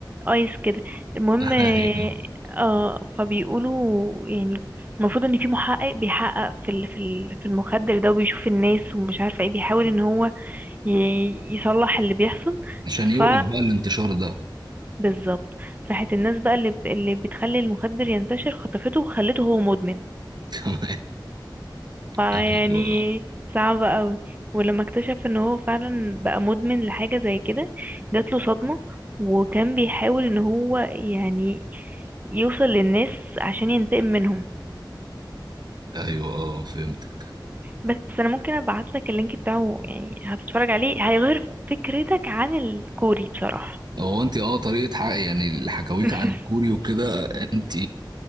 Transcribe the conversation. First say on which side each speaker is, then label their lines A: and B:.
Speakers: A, on the right (about 20°); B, on the right (about 60°).
A: ايس كده المهم
B: <laughs> ايوه
A: اه فبيقولوا يعني المفروض ان في محقق بيحقق في ال- في ال- في المخدر ده وبيشوف الناس ومش عارفة ايه بيحاول ان هو ي- يصلح اللي بيحصل
B: عشان يوقف
A: ف
B: بقى الانتشار ده
A: بالظبط راحت الناس بقى اللي ب- اللي بتخلي المخدر ينتشر خطفته وخلته هو مدمن
B: <laughs> تمام
A: فيعني
B: ايوه
A: صعبة قوي ولما اكتشف ان هو فعلا بقى مدمن لحاجة زي كده جات له صدمة وكان بيحاول ان هو يعني يوصل للناس عشان ينتقم منهم
B: ايوه اه فهمتك
A: بس انا ممكن ابعت لك اللينك بتاعه يعني هتتفرج عليه هيغير فكرتك عن الكوري بصراحة
B: هو انت اه طريقه حق يعني الحكاويك
A: <laughs>
B: عن الكوري وكده انت